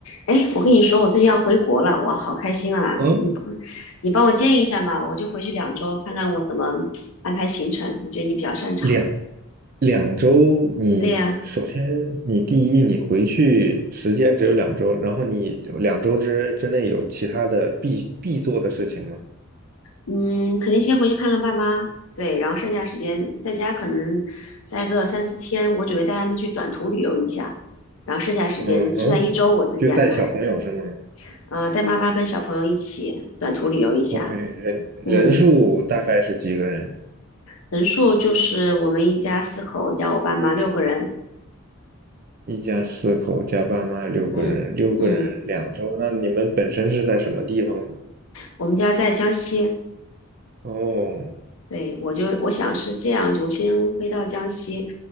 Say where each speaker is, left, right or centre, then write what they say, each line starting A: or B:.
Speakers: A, on the left; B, on the right.
A: 哎，我跟你说，我最近要回国了，哇，好开心啊！
B: 嗯，
A: 你你帮我建议一下嘛，我就回去两周，看看我怎么安排行程。我觉得你比较擅长。
B: 两两周你，
A: 对呀，
B: 首先你第一，你回去时间只有两周，然后你两周之之内有其他的必必做的事情吗？
A: 嗯，肯定先回去看看爸妈，对，然后剩下时间在家可能待个三四天，我准备带他们去短途旅游一下，然后剩下时间剩下一周我自己安排一下，
B: 嗯哼，就带小朋友是吗
A: 呃，带妈妈跟小朋友一起短途旅游一下。
B: ？OK，人人数大概是几个人？
A: 嗯，人数就是我们一家四口加我爸妈六个人。
B: 一家四口加爸妈六个人，
A: 嗯嗯。
B: 六个人两周，那你们本身是在什么地方呢？
A: 我们家在江西，
B: 哦，
A: 对，我就我想是这样，我先飞到江西，